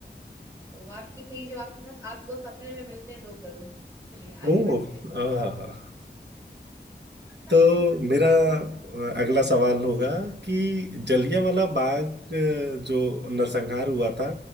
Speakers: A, on the right; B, on the right.
A: तो आपके सही जवाब के साथ आपको सपने में मिलते हैं दो करोड़ चलिए आगे
B: ओह
A: बढ़ते
B: आहा
A: हैं <laughs>
B: तो मेरा अ, अगला सवाल होगा कि जलियांवाला बाग अ, जो नरसंहार हुआ था